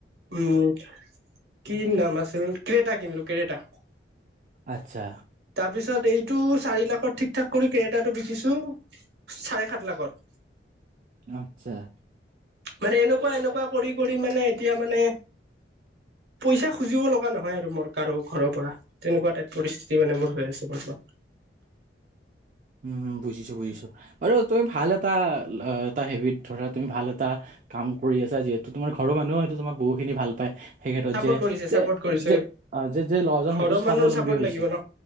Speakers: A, on the right (about 70°); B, on the right (about 45°).
A: উম কি নাম আছিল কৰেটাা কিন্তলো কৰেটাা।
B: আচ্ছা!
A: তাৰ পিছত এইটো চাৰি লাখৰ ঠিক ঠাক কৰি কেৰেটাটো বিকিছো চাৰে সাত লাখত।।
B: <unintelligible>
A: মানে এনেকুৱা এনেকুৱা কৰি কৰি মানে এতিয়া মানে? পইচা খুজিব লগা নহয় আৰু মোৰ কাৰো ঘৰৰ পৰা তেনেকুৱা টাইপ পৰিস্থিতি। যি মানে, মোৰ হৈ আছ বৰ্তমান।
B: উ বুজিছো বুজিছো বাৰু, তুমি ভাল এটা এটা হেবিট ধৰা তুমি ভাল এটা। কাম কৰি আছে যিহেতু তোমাৰ ঘৰ মানুহ হয়েইটো তোমাক বহুখিনি ভাল পায়। সেই ক্ষেত্ৰত
A: চাপৰ্ট
B: যে,
A: কৰিছে
B: যে,
A: চাপৰ্ট কৰিছে
B: যে, যে ল'ৰাজন
A: ঘৰৰ
B: হয়তো স্বাৱলম্বী
A: মানুহৰ চাপৰ্ট
B: হৈছে।
A: লাগিব ন